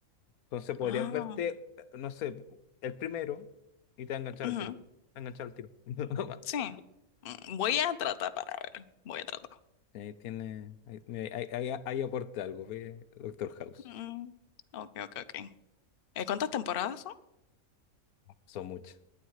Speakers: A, on the left; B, on the left.
A: Entonces podrías
B: Ah,
A: verte, eh, no sé, el primero y te va a enganchar
B: ujú,
A: al tiro. Te va a enganchar al tiro. <laughs>
B: Sí. Mm, Voy a tratar para ver. Voy a tratar.
A: Ahí tiene, ahí, mira, ahí- ahí- ahí aporta algo, ve, Doctor House.
B: Mm, ok, ok, ok. Eh, ¿cuántas temporadas son?
A: Son muchas.